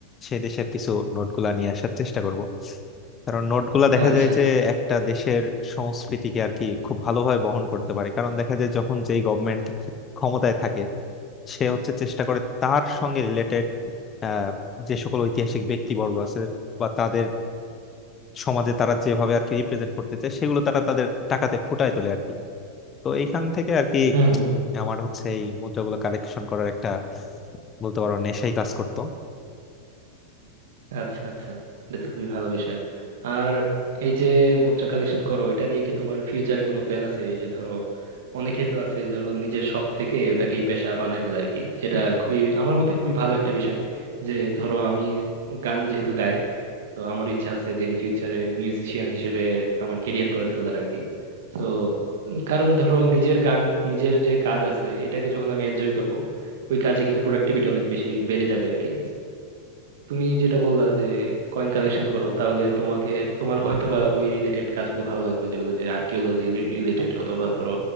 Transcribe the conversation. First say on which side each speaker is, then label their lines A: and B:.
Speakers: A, on the left (about 25°); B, on the right (about 55°).
A: সেই দেশের কিছু নোটগুলা নিয়ে আসার চেষ্টা করব কারণ নোটগুলা দেখা
B: আচ্ছা
A: যায় যে
B: আচ্ছা
A: একটা দেশের সংস্কৃতিকে আর কি খুব ভালোভাবে বহন করতে পারে কারণ দেখা যায় যখন যেই গভর্নমেন্ট ক্ষমতায় থাকে সে হচ্ছে চেষ্টা করে তার সঙ্গে রিলেটেড আহ যে সকল ঐতিহাসিক ব্যক্তিবর্গ আছে বা তাদের সমাজে তারা যেভাবে আর কি রিপ্রেজেন্ট করতে চায় সেগুলো তারা তাদের টাকাতে ফুটায় তোলে আর কি তো এইখান থেকে আর কি
B: হুম হুম
A: আমার হচ্ছে এই মুদ্রাগুলো কালেকশন করার একটা বলতে পারো নেশাই কাজ করতো
B: আচ্ছা আচ্ছা এটা তো খুবই ভালো বিষয় আর এই যে মুদ্রা কালেকশন করো এটা নিয়ে কি তোমার ফিউচারে কোনো প্ল্যান আছে এই যে ধরো অনেকে তো আছে ধরো নিজের শখ থেকে ওটাকে পেশা বানাই ফেলে আর কি যেটা খুবই আমার মতে খুবই ভালো একটা বিষয় যে ধরো আমি গান যেহেতু গাই তো আমার ইচ্ছা আছে যে ইন ফিউচারে মিউজিশিয়ান হিসেবে আমার কেরিয়ার গড়ে তোলার আর কি তো কারণ ধরো নিজের গান নিজের যে কাজ আছে এটাকে যখন আমি এনজয় করব ওই কাজে কিন্তু প্রোডাক্টিভিটি অনেক বেশি বেড়ে যাবে আর কি তুমি যেটা বললা যে কয়েন কালেকশন করো তাহলে তোমাকে তোমার হয়তো বা ওই রিলেটেড কাজগুলো ভালো লাগবে যেগুলো যে আর্কিওলজি রিলেটেড অথবা ধরো